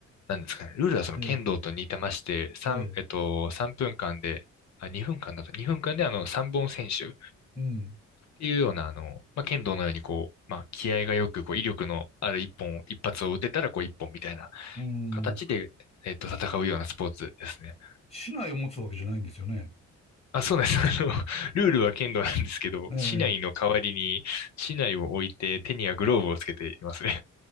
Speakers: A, on the left; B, on the left.
A: なんですかね。ルールはその剣道と似てまして、
B: ええ、
A: 三えっと、
B: ええ、
A: 3分間で、あ、2分間だと、2分間であの、3本選手っ
B: うん、
A: ていうような、あの、まあ、剣道のようにこう、まあ、気合がよく、こう、威力のある一本、一発を打てたら、こう、一本みたいな
B: うん。
A: 形で、えっと、戦うようなスポーツですね。
B: 市内を持つわけじゃないんですよね。
A: あ、そうなんです。<laughs> あの、ルールは剣道なんですけど、
B: え
A: 竹刀の代わりに、
B: え。
A: 竹刀を置いて手にはグローブをつけていますね。